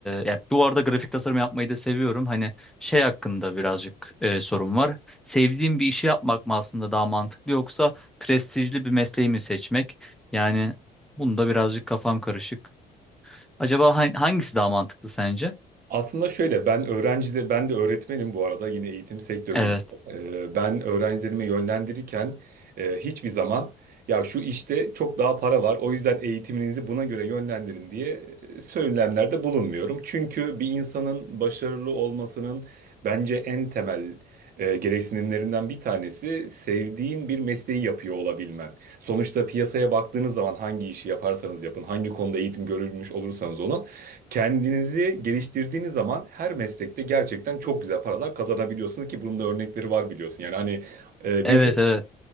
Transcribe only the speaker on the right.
Aslında şöyle ben öğrencide ben de öğretmenim bu arada yine eğitim sektöründe.
Ee, ben öğrencilerimi yönlendirirken e, hiçbir zaman ya şu işte çok daha para var o yüzden eğitiminizi buna göre yönlendirin diye e, söylemlerde bulunmuyorum. Çünkü bir insanın başarılı olmasının bence en temel e, gereksinimlerinden bir tanesi sevdiğin bir mesleği yapıyor olabilmen. Sonuçta piyasaya baktığınız zaman hangi işi yaparsanız yapın, hangi konuda eğitim görülmüş olursanız olun Kendinizi geliştirdiğiniz zaman her meslekte gerçekten çok güzel paralar kazanabiliyorsunuz ki bunun da örnekleri var biliyorsun. Yani hani e,
bir